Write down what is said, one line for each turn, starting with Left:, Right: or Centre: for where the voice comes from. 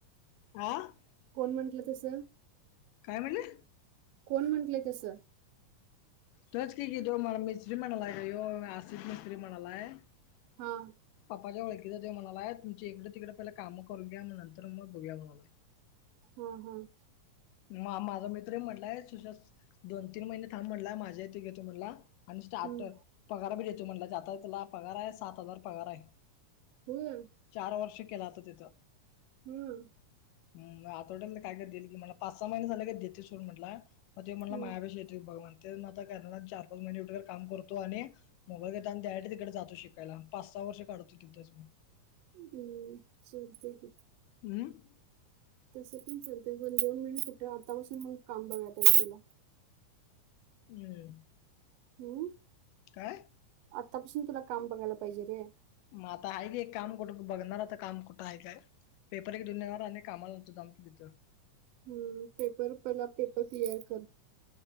Left: आ..?
Right: कोण म्हंटलं तस?
Left: काय म्हणले?
Right: कोण म्हंटलं तस?
Left: तच क क दो म मच <unintelligible> स्त्री म्हणाला आहे का आशिित म स्त्रीम <unintelligible> णा आहे प
Right: हा
Left: पप्पांच्या ओळखीच तो म्हणालाय, तुमची इकडे तिकडे पहि काम करून घ्या, नंतर मग बघूया म्हणालाय.
Right: हम. हम.
Left: म माझा मित्र म्हटलाय सुशास दोन तीन महिने थांब म्हटलाय, माझ्या इथे घेतो म्हणला. आणि स्टार्टर
Right: हम्म
Left: पगार भी देतो म्हणटलाय, आता तुला पगार आहे सात हजार पगार आहे.
Right: होय
Left: चार वर्ष केलं आता तिथं.
Right: हम्म!
Left: हम आतावड्याल काय कर देईल की मला पाच सहा महिने झाले का देते सोड म्हटला. मग ते म्हणला
Right: हम्म
Left: माझ्यापाशी येतय बघ ते आता करणार चार पाच महिने उर काम करतो आणि मोबाईल घेतता आणि त्या तिकडे जातो शिकायला, पाच सहा वर्ष काढतो तिथेच.
Right: हम् चालतंय की.
Left: हम.
Right: तसं पण चालत पण दोन महिने कुठे, आतापासून मग काम बघाय आहे तुला?
Left: हम्म.
Right: हम्म
Left: काय
Right: आतापासून तुला काम बघायला पाहिजे, रे.
Left: मता आहे की एक काम कुठ बघणार काम कुठं आहे काय? पेपर एक दुनिवर अनेक कामाला लातम कि तिथं.
Right: हम्म. पेपर पहिला पेपर क्लिअर कर.